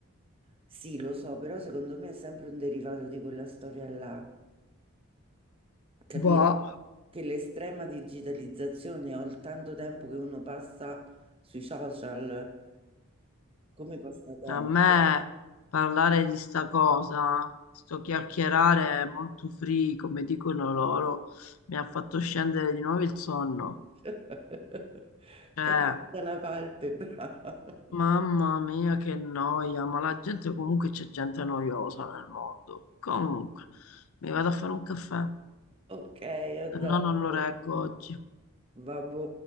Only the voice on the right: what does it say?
sì, lo so, però secondo me è sempre un derivato di quella storia là, capito?
Che l'estrema digitalizzazione o il tanto tempo che uno passa sui social come passatempo.
<laughs>
Tacchino della Valpe, bravo. <laughs>
Ok, adoro.
Vabbò.